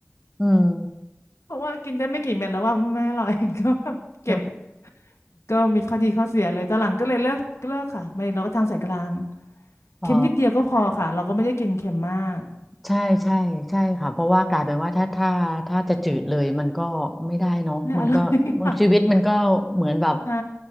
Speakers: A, in the centre; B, on the left.
A: อืม
B: เพราะว่ากินได้ไม่กี่เม็ดแล้วว่าไม่อร่อย <laughs> ก็แบบเก็บ
A: เนอะ
B: ก็มีข้อดีข้อเสียเลยตอนหลังก็เลยเลิกเลิกค่ะไม่เราก็ทางสายกลาง
A: อ๋อ
B: เค็มนิดเดียวก็พอค่ะเราก็ไม่ได้กินเค็มมาก
A: ใช่ใช่ใช่ค่ะเพราะว่ากลายเป็นว่าถ้าถ้าถ้าจะจืดเลยมันก็ไม่ได้เนาะมันก็
B: ไม่อร่อยค่ะ
A: ชีวิตมันก็เหมือนแบบ
B: ใช่